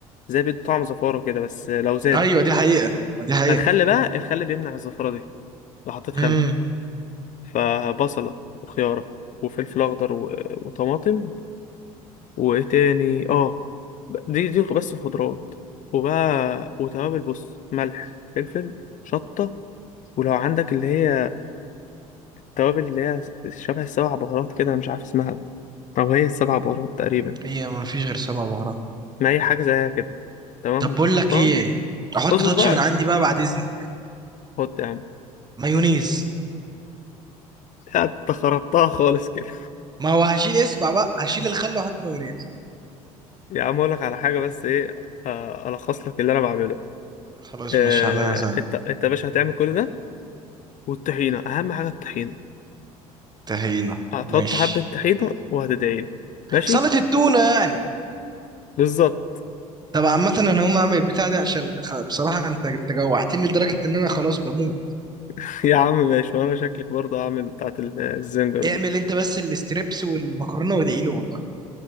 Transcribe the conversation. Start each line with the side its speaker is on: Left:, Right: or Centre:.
Left: زي بيدوا طعم زفارة كده بس آه، لو زادوا
Right: ايوه دي حقيقة ما دي حقيقة
Left: ما الخل بقى الخل بيمنع الزفارة دي لو حطيت
Right: مم.
Left: خل فبصلة وخيارة وفلفل اخضر و... وطماطم وايه تاني اه ب- دي دي بس الخضروات وبقى وتوابل بص ملح فلفل شطة ولو عندك اللي هي التوابل اللي هي شبه السبع بهارات كده أنا مش عارف اسمها أو هي السبع بهارات تقريبا
Right: هي ما فيش غير سبع بهارات
Left: ما هي حاجة زيها كده تمام
Right: طب
Left: بتحطها
Right: بقول لك ايه احط
Left: اصبر
Right: تاتش
Left: بقى
Right: من عندي بقى بعد اذنك
Left: حط يا عم
Right: مايونيز
Left: يا انت خربتها خالص كده
Right: ما هو هشيل اسمع بقى هشيل الخل واحط مايونيز
Left: يا عم أقولك على حاجة بس إيه آه، ألخص لك اللي أنا بعمله
Right: خلاص
Left: آه،
Right: مش هعملها زي
Left: أنت أنت يا باشا هتعمل كل ده والطحينة أهم حاجة الطحينة
Right: تهينة
Left: هتحط
Right: ماشي
Left: حبة طحينة وهتدعيلي ماشي
Right: سلطة التونة يعني
Left: بالظبط
Right: طب عامة انا هقوم اعمل البتاع دي عشان خ- بصراحة انت انت جوعتني لدرجة ان انا خلاص بموت
Left: <laughs> يا عم ماشي وأنا شكلك برضه هعمل بتاعت ال- الزنجر
Right: اعمل
Left: دي
Right: انت بس الاستريبس والمكرونة وادعي لي والله